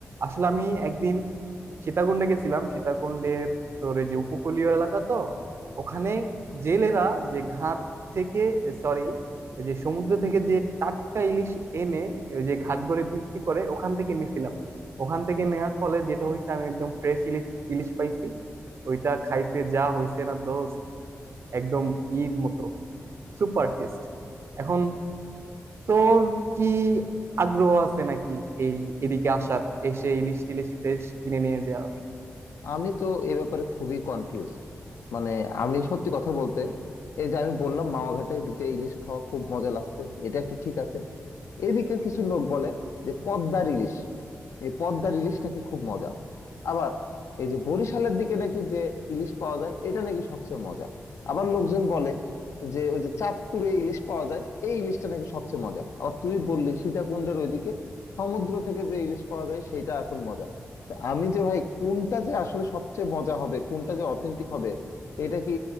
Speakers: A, on the right; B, on the left.
A: আসলে আমি একদিন সীতাকুণ্ডে গেছিলাম সীতাকুণ্ডের তোর এই যে উপকূলীয় এলাকা তো ওখানে জেলেরা যে ঘাট থেকে সরি যে সমুদ্র থেকে যে টাটকা ইলিশ এনে ওই যে ঘাট করে বিক্রি করে ওখান থেকে নিছিলাম ওখান থেকে নেয়ার ফলে যেটা হয়েছে আমি একদম ফ্রেশ ইলিশ ইলিশ পাইছি ওইটা খাইতে যা হয়েছে না দোস্ত একদম ঈদ মতো সুপার টেস্ট এখন তোর কি আগ্রহ আছে নাকি এই এদিকে আসার এসে ইলিশ টিলিশ ফ্রেশ কিনে নিয়ে যাওয়ার
B: আমি তো এ ব্যাপারে খুবই কনফিউজ মানে আমি সত্যি কথা বলতে এই যে আমি বললাম মাওয়া ঘাটে যে ইলিশ খাওয়া খুব মজা লাগছে এটা একটা ঠিক আছে এদিকে কিছু লোক বলে যে পদ্মার ইলিশ এই পদ্মার ইলিশ নাকি খুব মজা আবার এই যে বরিশালের দিকে নাকি যে ইলিশ পাওয়া যায় এটা নাকি সবচেয়ে মজা আবার লোকজন বলে যে ওই যে চাঁদপুরে ইলিশ পাওয়া যায় এই ইলিশটা নাকি সবচেয়ে মজা আবার তুই বললি সীতাকুণ্ডের ওইদিকে সমুদ্র থেকে যে ইলিশ পাওয়া যায় সেটা এখন মজা তা আমি যে ভাই কোনটা যে আসলে সবচেয়ে মজা হবে কোনটা যে অথেন্টিক হবে এটা কি